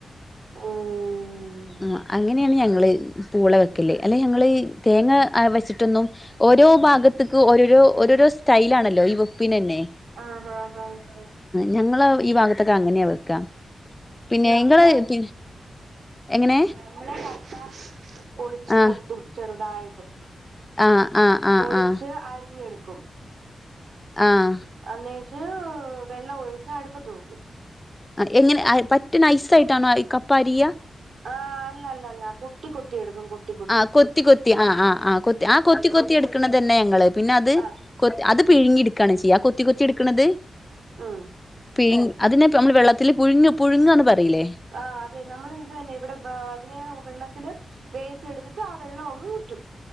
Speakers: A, on the right; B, on the left.
A: ഉം
B: ആഹ് അങ്ങനെണ് ഞ ങ്ങള് പൂള വെക്കല് അല്ലെ ഞങ്ങളീ തേങ്ങ ആ വെച്ച്ട്ടൊന്നും ഓരോ ഭാഗത്ത്ക്ക് ഓരോരോ ഓരോരോ സ്റ്റൈലാണല്ലോ ഈ വെപ്പിനെന്നെ.
A: ആഹ് ഹാ ഹാ ഹാ.
B: ഞങ്ങള് ഈ ഭാഗത്തൊക്കെ അങ്ങന്യ വെക്കാ. പിന്നെ
A: നമ്മള്
B: ഇങ്ങള് പി എങ്ങനെ?
A: ഇബടെ കപ്പ ഒളിച്ചു
B: ആ
A: കൊത്തും ചെറ്തായിട്ട്.
B: ആ ആ ആ
A: പൊളിച്ച്
B: ആ
A: അരിഞ്ഞെട്ക്കും.
B: ആഹ്
A: അന്നേച്ച് വെള്ളം ഒഴിച്ച് അട്പ്പത് വെക്കും.
B: ആഹ് എങ്ങനെ അത് പറ്റെ നൈസായിട്ടാണോ ഈ കപ്പാരിയ?
A: ആഹ് അല്ല ല്ലല്ല കൊത്തി കൊത്തി എട്ക്കും കൊ
B: ആഹ് കൊത്തി കൊത്തി ആഹ് ആഹ് ആഹ് ആഹ് ആ കൊത്തി കൊത്തി എട്ക്ണെതെന്നെ ഞങ്ങള് പിന്നത്
A: ആഹ്
B: കൊത് അത് പിഴിങ്ങി ട്ക്കാണ് ചെയ്യ ആ കൊത്തി കൊത്തി ട്ക്ക്ണത്.
A: ആഹ്
B: പി അതിനെ ഇപ്പ നമ്മള് വെള്ളത്തില് പുഴുങ്ങ് പുഴുങ്ങന്ന് പറയിലേ?
A: ആഹ് അതെ നമ്മള് തന്നെ ഇവിടെ അതിനെ വെള്ളത്തില് വേവിച്ചെടുത്തിട്ട് ആ വെള്ളം അങ്ങ് ഊറ്റും.